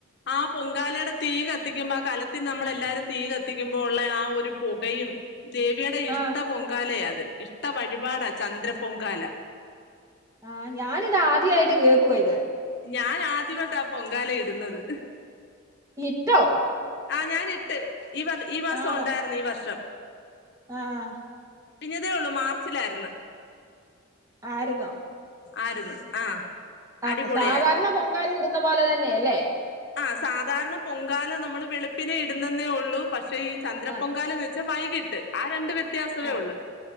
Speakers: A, on the left; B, on the right.
A: ആഹ് പൊങ്കാലേടെ തീ കത്തിക്കുമ്പോ ആഹ് കലത്തില് നമ്മളെല്ലാരും തീ കത്തിക്കുമ്പോള്ളേ ആ ഒരു പൊകയും ദേവീടെ ഇഷ്ട
B: ആഹ്
A: പൊങ്കാലയാ അത് ഇഷ്ട വഴിപാടാ ചന്ദ്ര പൊങ്കാല
B: ആഹ് ഞാാനിത് ആദ്യായിട്ട് കേക്കുവാ ഇത്
A: ഞാന് ആദ്യവായിട്ട അ പൊങ്കാല ഇടുന്നത്
B: ഇട്ടോ
A: ആഹ് ഞാനിട്ട് ഈ വർ ഈ മാസം
B: ആണോ
A: ഒണ്ടാര്ന്ന് ഈ വർഷം
B: ആഹ്
A: കഴിഞ്ഞതേ ഒള്ളു മാർച്ചിലാര്ന്ന്
B: ആയിരുന്നോ
A: ആര്ന്ന് ആഹ്
B: ആഹ്
A: അടിപൊളിയായിരുന്നു
B: സാധാര്ണ പൊങ്കാല ഇട്ന്ന പോലെ തന്നെ അല്ലേ
A: ആഹ് സാധാര്ണ പൊങ്കാല നമ്മള് വെള്പ്പിനെ ഇടുന്നന്നേ ഒള്ളൂ പക്ഷെ ഈ ചന്ദ്ര
B: ആഹ്
A: പൊങ്കാല വെ ച്ച് വൈകീട്ട് ആ രണ്ട് വ്യത്യാസവേ
B: ആഹ്
A: ഒള്ളൂ